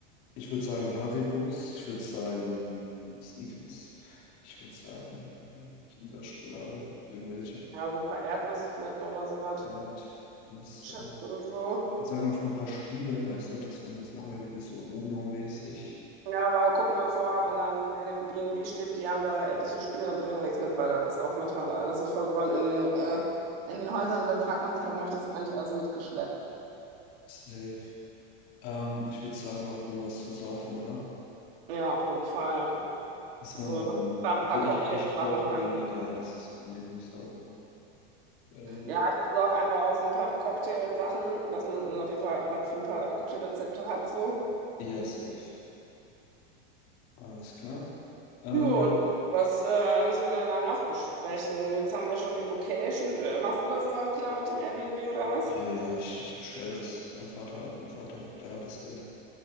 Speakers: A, on the left (about 40°); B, on the right (about 70°).
A: Ich würde sagen Haribos, ich würde sagen Snickers, ich würde sagen Kinderschokolade, irgendwelche.
B: Ja, so ein paar Erdnüsse vielleicht noch oder sowas.
A: Ja, Nüsse.
B: Chips und so.
A: Wir sagen noch ein paar Spiele, weißt du, dass wenn es langweilig ist, so UNO-mäßig.
B: Ja, aber gucken wir vor, wenn dann Airbnb steht, die haben da etliche Spiele, dann bringen wir nichts mit, weil das ist auch manchmal da alles so vollgeräumt in den, äh, in den Häusern. Dann fragt man sich, warum habe ich das eigentlich alles mitgeschleppt?
A: Safe. Ähm, ich würde sagen, noch irgendwas zu saufen, oder?
B: Ja, auf jeden Fall.
A: Das
B: So,
A: wollen wir
B: dass
A: holen.
B: man
A: Also
B: ein paar
A: ich,
B: Cocktails
A: ich
B: machen
A: brauche
B: kann.
A: Belvedere,
B: und So.
A: ja, das ist mein Lieblingsalkohol. Ähm,
B: Ja, ich besorge einfach auch so ein paar Cocktailsachen, dass man dann auf jeden Fall was für ein paar Cocktailrezepte hat. So.
A: ja, safe. Alles klar. Ähm,
B: Ja, du, was äh, müssen wir denn dann noch besprechen? Jetzt haben wir schon die Location. Du, äh, machst du das dann klar mit dem Airbnb oder was?
A: ja, ja, ich, ich bestelle das. Mein Vater, mein Vater, der hat das Geld.